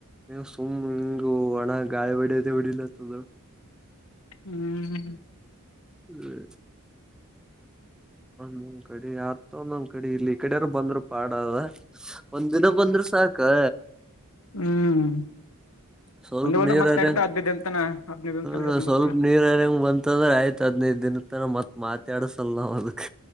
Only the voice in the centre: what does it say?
ಸುಮ್ ಹಂಗ ಒಣ ಗಾಳಿಬಡಿಯದೆ ಹೊಡಿಲತದ
ಹ್ಮ್ ಒಂದೊಂದ್ ಕಡೆ ಆತ ಒಂದೊಂದ್ ಕಡೆ ಇಲ್ಲಿ ಈ ಕಡಾರರು ಬಂದ್ರು ಪಾಡ ಅದ ಒಂದಿನ ಬಂದ್ರ ಸಾಕಾ
ಸ್ವಲ್ಪ
ನೀರ್
ಹರಂಗ
ಹ ಸ್ವಲ್ಪ
ನೀರ್ ಹರ್ಯಂಗ ಬಂತದ್ರೆ ಆಯ್ತು ಹತ್ತು ಹದ್ನೈದು ದಿನ ತನ ಮತ್ ಮಾತಾಡಸಲ್ಲ್ ಅದಕ್ಕ